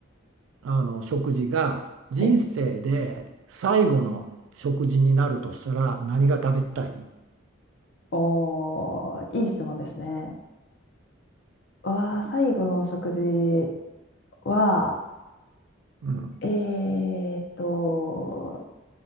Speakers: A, on the right (about 80°); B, on the left (about 60°).
A: あの食事が人生で最後の食事になるとしたら何が食べたい
B: はい。おー、いい質問ですね。わー、最後の食事は、
A: うん。
B: えーっと、